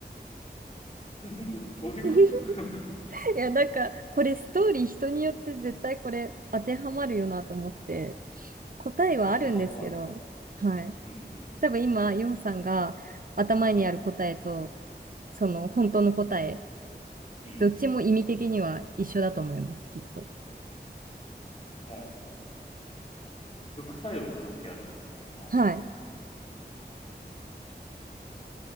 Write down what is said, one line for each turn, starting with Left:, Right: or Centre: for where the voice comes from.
Left: <laughs> どういうこと
Right: <laughs>
Left: <laughs>
Right: いや、なんか、これストーリー人によって絶対これ当てはまるよなと思って、答えはあるんですけど、
Left: 当てはまる。
Right: はい。
Left: うん
Right: 多分今、ヨウさんが頭にある答えと、
Left: うん。うん。
Right: その本当の答え、
Left: うん。
Right: どっちも意味的には一緒だと思います、きっと。
Left: ああ。副作用が関係あるんだよな。
Right: はい。
Left: え